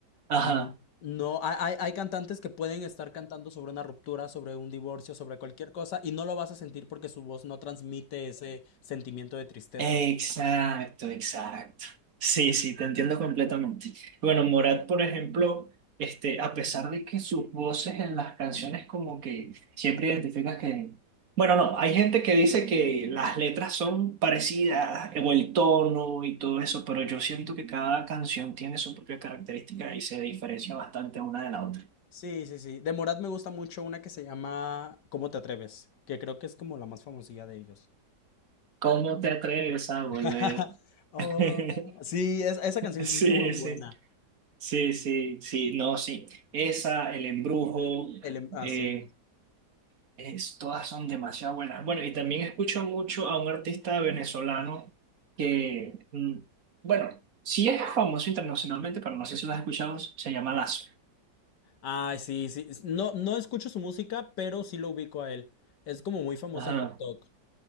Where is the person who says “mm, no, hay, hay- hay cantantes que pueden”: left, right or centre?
Left